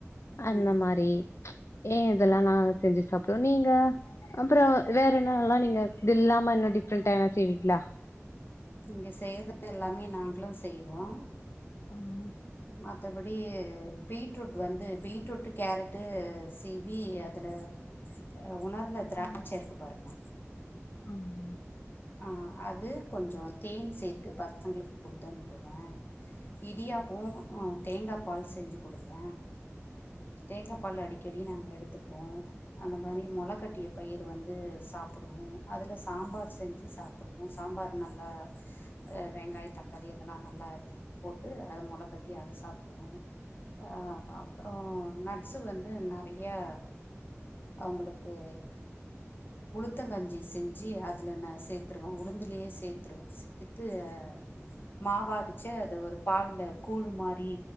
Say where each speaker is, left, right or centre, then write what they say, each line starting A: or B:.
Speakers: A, on the left; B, on the left.
A: அந்த
B: ம்
A: மாரி ஏ இதெல்லா நா செஞ்சு சாப்டுவ நீங்க அப்றோ வேற என்னனலா நீங்க இதுல்லாம இன்னு டிஃப்ரெண்டா எதனா செய்வீங்ளா
B: நீங்க செய்றது எல்லாமே நாங்ளு செய்வோ
A: <inaudible>
B: மத்தபடி பீட்ரூட் வந்து பீட்ரூட்டு கேரட்டு சீவி அதுல அ உணர்ந்த திராட்சருக்கு
A: ம்
B: பாருங்க
A: ஆமா
B: ஆ அது கொஞ்சோ தேன் சேத்து பசங்ளுக் குடுத்து அனுப்புவ இடியாப்போ அ தேங்கா பால் செஞ்சு குடுப்ப தேங்கா பால் அடிக்கடி நாங்க எடுத்துப்போ அந்த மாரி மொளக்கட்டிய பயிரு வந்து சாப்புடுவோ அதுலஸ் சாம்பார் சாப்புடுவோ சாம்பார் நல்லா அ வெங்காய் தக்காளி இதெல்லா நல்லா இது போட்டு அத மொளக்கட்டி அத சாப்புடுவோ அ அப்புறோ நட் ஸு வந்து நறையா அவுங்குளுக்கு உளுத்தங்கஞ்சி செஞ்சி அத் அதுல நா சேத்துருவ உளுந்துலியே சேத்துருவ சேத்து அ மாவா அரிச்சி அத ஒரு பால்ல கூழ் மாரி